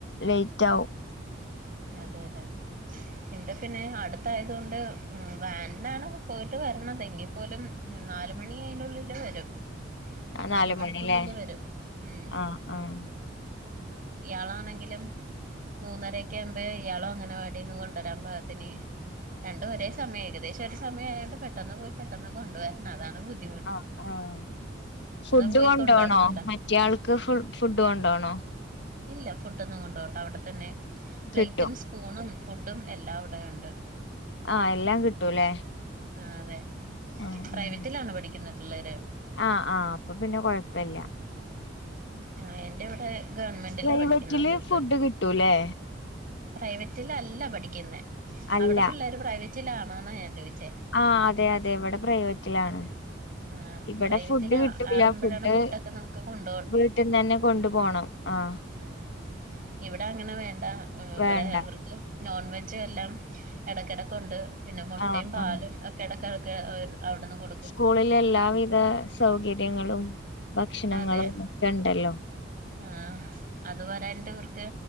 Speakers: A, on the left; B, on the right.
A: ലേറ്റ് ആകും
B: അതെ അതെ ഇവിടെ പിന്നെ അടുത്ത- ആയതുകൊണ്ട് ഉം വാനിന്നാണ് പോയിട്ട് വരണതെങ്കിൽ- പോലും നാലുമണി അയിതിനുള്ളിൽ വരും
A: ആ
B: നാല് മണിക്കൂള്ളിൽ
A: മണില്ലേ
B: വരും ഉം
A: ആഹ് ആഹ്
B: ഇയാളാണെങ്കിലും മൂന്നര- ഇപ ഇയാളും അങ്ങനവാടിന്ന് കൊണ്ടുവരാൻ പാകത്തിന്- രണ്ടും ഒരേ സമയം ഏകദേശം ഒരു സമയയായൊണ്ട് പെട്ടെന്ന് പോയി പെട്ടെന്ന് കൊണ്ടുവരണം അതാണ് ബുദ്ധി
A: ആഹ് ആഹ് ഫുഡ്
B: പോയി
A: കൊണ്ടോണോ
B: കൊണ്ടുവരണല്ലോ
A: മറ്റേയാൾക്ക് ഫുഡ് കൊണ്ടോണോ-
B: ഇല്ല ഫുഡൊന്നും കൊണ്ട്പോണ്ട അവിടെത്തന്നെ പ്ലേറ്റും
A: കിട്ടും
B: സ്പൂണും ഫുഡും എല്ലാം അവിടെ ഉണ്ട്
A: ആഹ് എല്ലാം കിട്ടൂല്ലേ
B: ആഹ് അതെ
A: ഉം
B: പ്രൈവറ്റിലാണ്
A: ഉം
B: പഠിക്കുന്നത് പിള്ളേര്
A: ആഹ് ആഹ് അപ്പൊ പിന്നെ കൊഴപ്പില്ല
B: ആഹ് എന്റെ ഇവിടെ ഗവൺമെന്റില
A: പ്രൈവറ്റില്
B: പഠിക്കുന്നത് അതുകൊണ്ട്-
A: ഫുഡ് കിട്ടൂലേ
B: പ്രൈവറ്റിലല്ല പഠിക്കുന്നെ
A: അല്ല
B: അവിടെ പിള്ളേര് പ്രൈവറ്റിലാണോെന്നാ ഞാൻ ചോദിച്ചേ
A: ആഹ് അതെ അതെ ഇവിടെ പ്രൈവറ്റിലാണ്
B: ആ
A: ഇവിടെ
B: പ്രൈവറ്റിലാ
A: ഫുഡ് കിട്ടൂല്ല
B: ആകുമ്പോഴാണ്
A: ഫുഡ്
B: ഫുഡൊക്കെ നമുക്ക് കൊണ്ടു
A: വീട്ടിന്ന് തന്നെ കൊണ്ടു പോണം ആഹ്
B: ആഹ് ഇവിടെ അങ്ങനെ വേണ്ട ഇവിടെ
A: വേണ്ട
B: ഇവർക്ക് നോൺ വെജും എല്ലാം- ഇടയ്ക്കെടക്കണ്ട് പിന്നെ മൊട്ടയും
A: ആഹ്
B: പാലും
A: ആഹ്
B: ഒക്കെ ഇടക്കയെടക്ക് അവിടുന്ന് കൊടുക്കും
A: സ്കൂളിലല് എല്ലാവിധ സൗകര്യങ്ങളും ഭക്ഷണങ്ങളുംയൊക്കെ
B: അതെ
A: ഉണ്ടല്ലോ
B: ആഹ് അത് പോരാഞ്ഞിട്ട് ഇർക്ക്